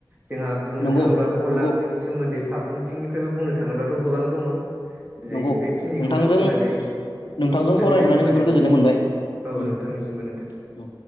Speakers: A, on the right; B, on the left.
A: जोंहा बुंनो
B: नंगौ
A: थाङोब्लाथ' अनला
B: नंगौ
A: ओंख्रिनि सोमोन्दै फारफ्रोमथिंनिफ्रायबो बुंनो थाङोब्लाथ' गोबां दङ'। जे
B: नंगौ
A: बेखिनिखौनो
B: नोंथांजों
A: बुंनानै
B: नोंथांजों
A: गोजोननाय
B: सावराय मोननानै
A: थाबाय
B: जोबोर
A: नोंथां।
B: गोजोननाय मोनबाय
A: औ
B: उम
A: नोंथांनिसिमबो नोंथां
B: उम